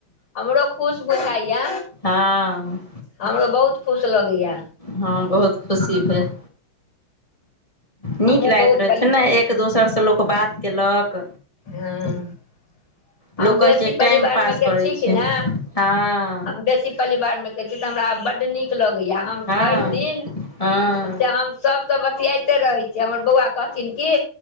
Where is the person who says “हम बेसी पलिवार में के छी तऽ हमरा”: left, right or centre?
Left